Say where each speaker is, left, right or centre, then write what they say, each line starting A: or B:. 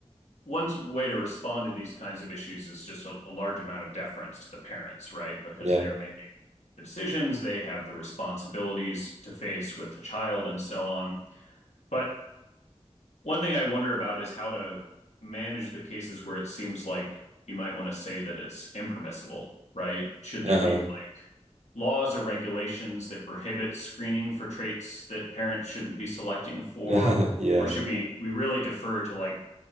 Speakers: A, on the left; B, on the right.
A: one way to respond to these kinds of issues is just a, a, large amount of deference to the parents, right? Because
B: Yeah.
A: they're making the decisions, they have the responsibilities to face with the child, and so on. But One thing I wonder about is how to manage the cases where it seems like you might want to say that it's impermissible, right? Should
B: Uh-huh.
A: there be like laws or regulations that prohibit screening for traits that parents shouldn't be selecting for,
B: <laughs> Yeah.
A: or should we we really defer to like